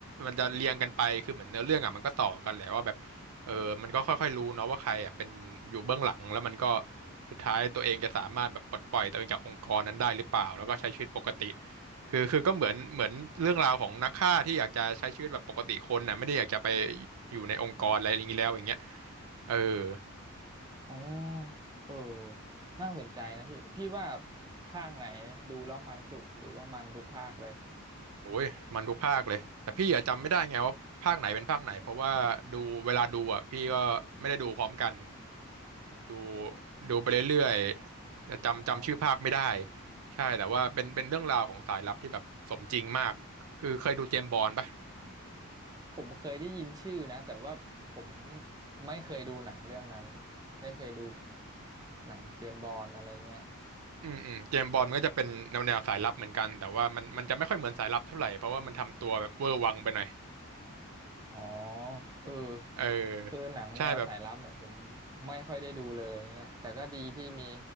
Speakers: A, on the right (about 80°); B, on the right (about 15°).
A: มันจะเรียงกันไปคือเหมือนเนื้อเรื่องอ่ะมันก็ต่อกันแหละว่าแบบเออมันก็ค่อยๆรู้เนาะว่าใครอ่ะเป็นอยู่เบื้องหลังแล้วมันก็สุดท้ายตัวเองจะสามารถแบบปลดปล่อยตัวเองจากองค์กรนั้นได้หรือเปล่าแล้วก็ใช้ชีวิตปกติคือคือก็เหมือนเหมือนเรื่องราวของนักฆ่าที่อยากจะใช้ชีวิตแบบปกติคนน่ะไม่ได้อยากจะไปอยู่ในองค์กรอะไรอย่างนี้แล้วอย่างเงี้ยเออ
B: อ๋อเออน่าสนใจนะพี่พี่ว่าภาคไหนดูแล้วมันสุดหรือว่ามันทุกภาคเลย
A: โอ้ยมันทุกภาคเลยแต่พี่อะจำไม่ได้ไงว่าภาคไหนเป็นภาคไหนเพราะว่าดูเวลาดูอ่ะพี่ก็ไม่ได้ดูพร้อมกัน ดู
B: อ่ะ
A: ดูไปเรื่อยๆแต่จำจำชื่อภาคไม่ได้
B: อ๋อ
A: ใช่แต่ว่าเป็นเป็นเรื่องราวของสายลับที่แบบสมจริงมากคือเคยดูเจมส์บอนด์ปะ
B: ผมเคยได้ยินชื่อนะแต่ว่าผมไม่เคยดูหนังเรื่องนั้นไม่เคยดูหนังเจมส์บอนด์อะไรเงี้ย
A: อืมอืมเจมส์บอนด์มันก็จะเป็นแนวแนวสายลับเหมือนกันแต่ว่ามันมันจะไม่ค่อยเหมือนสายลับเท่าไหร่เพราะว่ามันทำตัวแบบเวอร์วังไปหน่อย
B: อ๋อเออ
A: เออ
B: คือหนังแนวสายลับเนี่ยผม
A: ใช่แบบ
B: ไม่ค่อยได้ดูเลยเงี้ยแต่ก็ดีที่มี